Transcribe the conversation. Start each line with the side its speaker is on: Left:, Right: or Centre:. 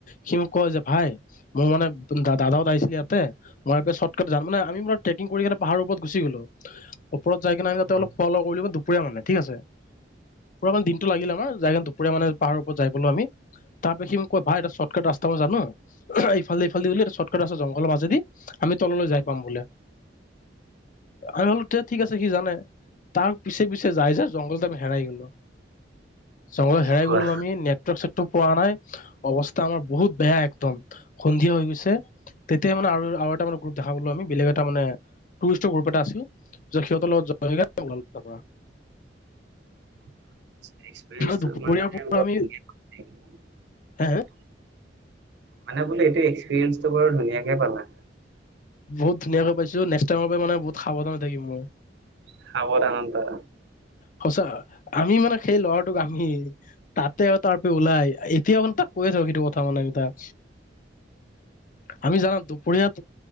Left: সি মোক কয় যে ভাই মোৰ মানে দাদাহত আহিছিলে ইয়াতে, মই এটা চৰ্টকাত জানো মানে, আমি মানে ট্ৰেকিং কৰি পাহাৰৰ ওপৰত গুচি গ'লো ওপৰত যায় কেনে সিঁহতে
Right: অ'
Left: অলপ খোৱা লোৱা কৰিলোগেটো দূপৰীয়া মানে ঠিক আছে, পুৰা মানে দিনটো লাগিলে আৰু। <unintelligible> যায় দুপৰীয়া মানে পাহাৰৰ ওপৰত যাই পালো আমি, তাৰ পা সি মোক কয় এটা চৰ্টকাট ৰাস্তা মই জানো, ইফালে ইফালদি এটা চৰ্টকাট ৰাস্তা জংঘলৰ মাজেদি আমি তললৈ যাই পাম বোলে। আমি ভাবিলো তে ঠিক আছে সি জানে তাৰ পিছে- পিছে যাই যে জংঘলতে আমি হেৰাই গ'লো। জংঘলত হেৰাই
Right: কোৱা।
Left: গ'লো আমি নেটৱৰ্ক সেট টক পোৱা নাই অৱস্থা আমাৰ বহুত বেয়া একদম সন্ধিয়া হৈ গৈছে, তেতিয়া মানে আৰু- আৰু এটা মানে গ্ৰুপ দেখা পালো, আমি বেলেগ এটা মানে টুৰিষ্টৰ গ্ৰুপ এটা আছিল, তাৰপিছত সিহঁতৰ লগত <unintelligible> ওলালোঁ তাৰপৰা।
Right: <inaudible> এক্সপেৰিয়েঞ্চ
Left: দুপৰীয়াৰ
Right: টো মানে
Left: পৰা
Right: বৰ
Left: আমি
Right: ধুনীয়া <unintelligible>
Left: হে
Right: মানে বোলে এইটো এক্সপিৰিয়েঞ্চটো বৰ ধুনীয়াকে পালা।
Left: বহুত ধুনীয়াকৈ পাইছো, নেক্সট টাইমৰ পৰা মানে বহুত সাৱধান হৈ থাকিম মই।
Right: সাৱধানতা।
Left: সঁচা। আমি মানে সেই ল'ৰাটোক আমি, তাতে আৰু তাৰপে ওলাই আহি এতিয়া মানে তাক কৈয়ে আছো সেইটো কথা মানে আমি তাক। আমি জানা দুপৰীয়াত